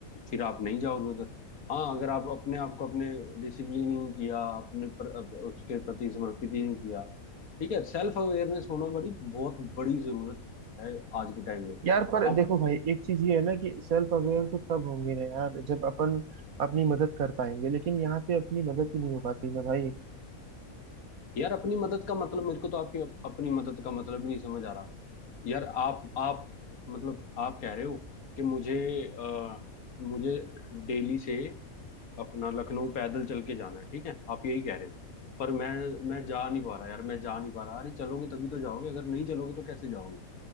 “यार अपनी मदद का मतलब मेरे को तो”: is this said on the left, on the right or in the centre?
Left